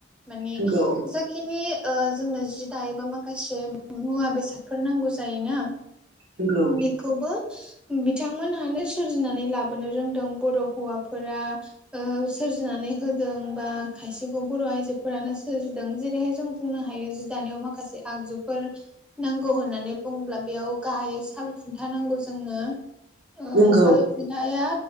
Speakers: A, in the centre; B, on the right.
A: माने
B: नंगौ
A: जाय बेखिनि जोंनो जि दायोबा माखासे मुवा बेसादफोर नांगौ जायोना
B: नंगौ
A: <unintelligible> खौबो बिथांमोनहानो सोरजिनानै लाबोनो रोंदों बर' हौवाफोरा। ओ सोरजिनानै हो जों बा खायसेखौ बर' आइजोफोरानो सोरजिदों जेरैहाय जों बुंनो हायो। जि दानायाव मा माखासे आगजुफोर नांगौ होननानै बुंङोब्ला बेयाव गाहाय साल खुन्था नांगौ जोनो ओ
B: नंगौ
A: साल खुन्थाया